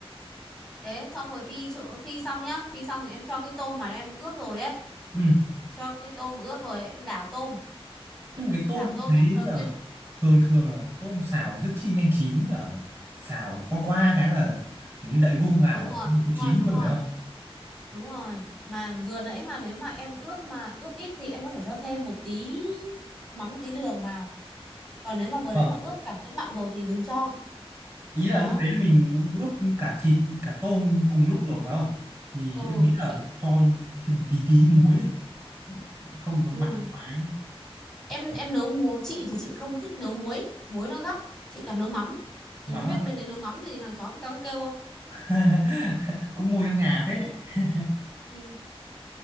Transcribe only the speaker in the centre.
thế xong rồi phi chỗ- phi xong nhá phi xong thì em cho cái tôm mà em ướp rồi ấy
cho cái tôm ướp rồi em đảo tôm
đảo
tôm
nhá đầu
tiên
đúng rồi
đúng
rồi đúng
rồi
đúng rồi mà vừa nãy mà nếu mà em ướp mà ướp ít thì em có thể cho thêm một tí mắm tí đường vào còn nếu mà vừa
nãy mà ướp cảm thấy mặn rồi thì đừng cho
đó
ừ
chị
ừ
em em nấu muối chị thì chị không thích nấu muối muối nó gắt chị toàn nấu mắm ừ,
không biết
bên đấy nấu mắm thì hàng xóm người ta có kêu không
ừ,